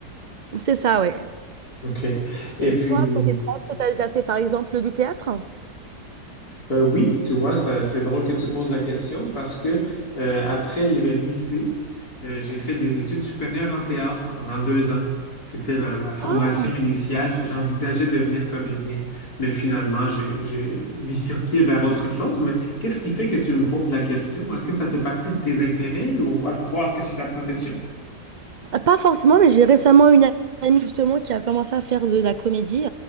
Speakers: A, on the right (about 85°); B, on the left (about 65°).
A: c'est ça, ouais.
B: OK. Et
A: Et sinon,
B: puis,
A: à côté de ça, est-ce que tu as déjà fait par exemple du théâtre?
B: Euh, oui, tu vois, ça- c'est drôle que tu poses la question parce que euh, après le lycée, euh, j'ai fait des études supérieures en théâtre pendant deux ans. C'était la, la formation
A: Ah
B: initiale. J- J'envisageais de devenir comédien, mais finalement, j'ai, j'ai bifurqué vers autre chose. Mais qu'est-ce qui fait que tu me poses la question? Est-ce que ça fait partie de tes intérêts ou ou est-ce que c'est ta profession?
A: Ah, Pas forcément, mais j'ai récemment une amie justement qui a commencé à faire de la comédie.